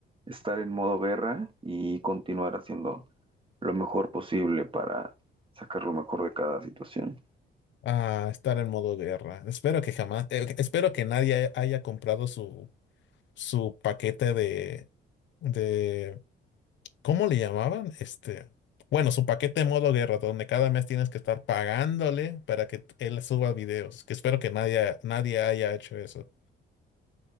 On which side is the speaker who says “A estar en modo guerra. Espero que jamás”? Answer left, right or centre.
Left